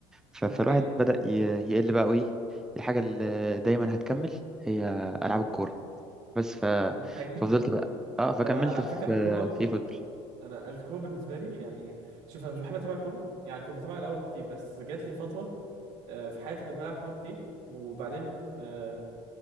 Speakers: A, in the centre; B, on the right.
A: ف-
B: ده
A: فالواحد
B: حقيقي فعلاً،
A: بدأ ي- يقل بقى وإيه الحاجة اللي دايما هتكمل هي ألعاب الكورة بس ف...
B: ده حقيقي
A: ففضلت بقى اه فكملت
B: انا على
A: في
B: فكره انا الكوبا
A: في إيه، فوتبول
B: انا الكوره بالنسبه لي يعني شوف انا مش بحب اتابع كوره يعني كنت بتابع الاول كتير بس جات لي فتره آه، في حياتي كنت بلعب كوره كتير وبعدين آه،